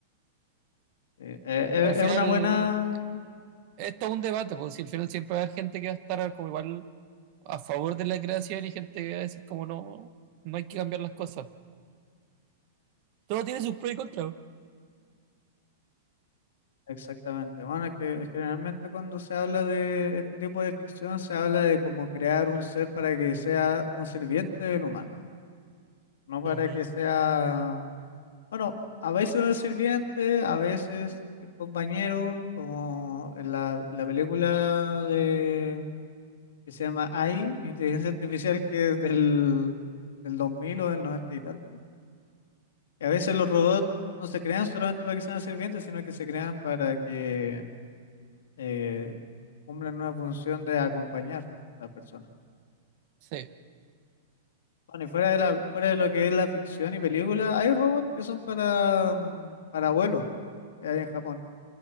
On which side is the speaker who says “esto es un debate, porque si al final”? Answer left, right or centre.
Right